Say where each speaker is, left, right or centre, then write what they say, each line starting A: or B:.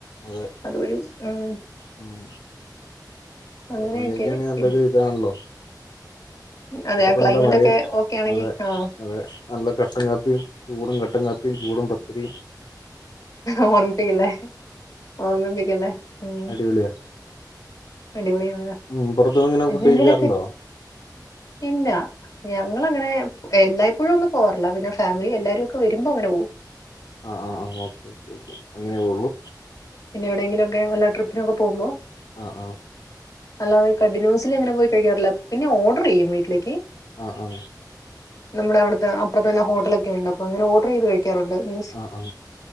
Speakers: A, on the left (about 80°); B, on the left (about 50°).
A: അതെ
B: അത് വഴി ഉം
A: ഉം പുറത്തൂന്ന്
B: അങ്ങനെയൊക്കെ
A: കഴിക്കാണെങ്കിൽ
B: പിന്നെ,
A: നല്ലൊരു ഇതാണല്ലോ
B: അതെ
A: പുറത്ത്
B: ആ ക്ലൈമറ്റ്
A: നല്ല മഴയും
B: ഒക്കെ ഓക്കെ ആണെങ്കിൽ
A: അതെ
B: ആഹ്
A: അതെ നല്ല കട്ടൻ കാപ്പിയും ചൂടും കട്ടൻ കാപ്പിയും പിന്നെ ചൂടൻ പത്തിരീം
B: ഓർമ്മിപ്പിക്കല്ലേ ഓർമ്മിപ്പിക്കല്ലേ ഉം
A: അടിപൊളിയാ
B: അടിപൊളിയാണല്ലോ
A: ഉം പുറത്തൂന്നിങ്ങിനെ ഫുഡ്
B: ജിമ്മിലൊക്കെ
A: കഴിക്കാറുണ്ടോ?
B: ഇല്ല ഞങ്ങളങ്ങെനെ എല്ലായ്പ്പഴും ഒന്നും പോവാറില്ല പിന്നെ ഫാമിലി എല്ലാരും ഒക്കെ വരുമ്പോ അങ്ങനെ പോവും
A: ആഹ് ആ ആ ഓക്കേ ഓക്കെ ഓക്കെ അങ്ങനെ പോവള്ളു
B: പിന്നെവിടെങ്കിലും ഒക്കെ വല്ല ട്രിപ്പിനൊക്കെ പോകുമ്പോ
A: ആഹ് ആഹ്
B: അല്ലാതെ കണ്ടിന്യൂസ്ലി അങ്ങനെ പോയി കഴിക്കാറില്ല പിന്നെ ഓർഡർ ചെയ്യും വീട്ടിലേക്ക്
A: ആ ആ
B: നമ്മുടെ അവിടുത്തെ അപ്പറത്ത് തന്നെ ഹോട്ടലൊക്കെ ഉണ്ട് അപ്പോ അങ്ങനെ ഓർഡറെയ്തു കഴിക്കും ക്കാറുണ്ട് മീൻസ്
A: ആ